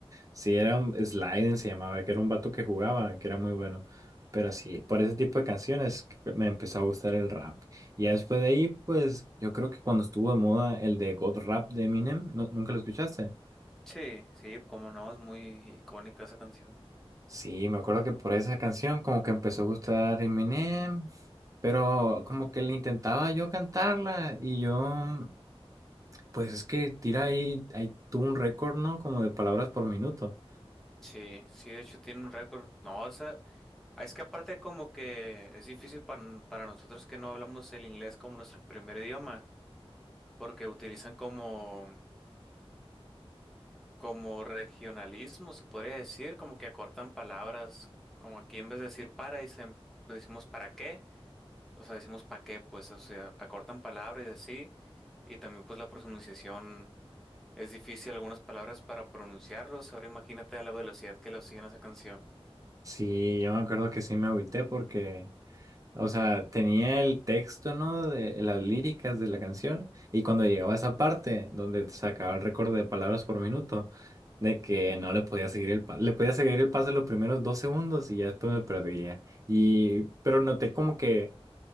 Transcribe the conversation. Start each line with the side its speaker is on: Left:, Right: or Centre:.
Right: Sí, era un Sliden, se llamaba, que era un vato que jugaba, que era muy bueno. Pero sí, por ese tipo de canciones que me empezó a gustar el rap. Y ya después de ahí, pues yo creo que cuando estuvo de moda el de God Rap de Eminem, ¿no- ¿nunca lo escuchaste?
Centre: Sí, sí, como no, es muy icónica esa canción.
Right: Sí, me acuerdo que por esa canción como que empezó a gustar Eminem, pero como que le intentaba yo cantarla y yo, pues es que tira ahí, ahí tuvo un récord, ¿no? Como de palabras por minuto.
Centre: Sí, sí, de hecho tiene un récord. No, o sea, es que aparte como que es difícil para, n- para nosotros que no hablamos el inglés como nuestro primer idioma, porque utilizan como, como regionalismo, se podría decir, como que acortan palabras, como aquí en vez de decir para, dicen, pues decimos para qué, o sea, decimos pa qué, pues, o sea, acortan palabras y así, y también pues la pronunciación es difícil algunas palabras para pronunciarlos, ahora imagínate a la velocidad que lo siguen a esa canción.
Right: Sí, yo me acuerdo que sí me agüité porque O sea, tenía el texto, ¿no? De las líricas de la canción. Y cuando llegaba a esa parte donde sacaba el récord de palabras por minuto, de que no le podía seguir el paso. Le podía seguir el paso los primeros dos segundos y ya después me perdía. Y, pero noté como que